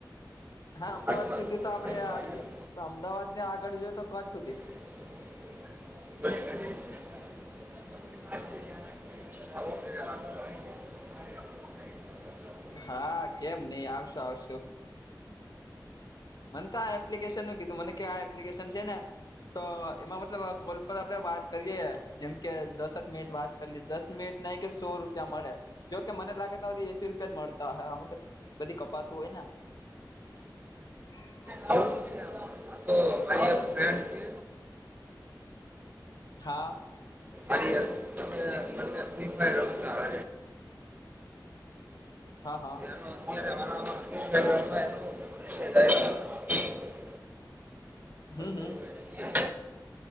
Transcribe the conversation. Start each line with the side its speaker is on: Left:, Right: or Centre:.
Left: હા અમદાવાદ
Right: આઠમાં
Left: સુધી તો આપડે
Right: આઠમાં
Left: આવીયએ
Right: હીરા.
Left: પણ અમદાવાદ ને આગળ જોઈએ તો કચ્છ સુધી.
Right: <unintelligible>
Left: હા કેમ નઈ આવશો આવશું. મને તો આ એપ્લિકેશન નું કીધું મને ક આ એપ્લિકેશન છે ને તો એમાં મતલબ કોલ પર આપડે વાત કરીય જેમ કે દસક મિનિટ વાત દસ મિનિટ નહી કે સો રૂપિયા મળે જોકે મને લાગેી એસી રૂપિયા જ મળતા હમ બધી કપાતું હોય ને <inaudible>
Right: આવું છે. આ તો મારી એક ફ્રેન્ડ છે
Left: હા.
Right: અરી અર તમને. એાઈ.
Left: હા હા.
Right: <unintelligible>
Left: હમ્મ હામ.
Right: કરી. મળે.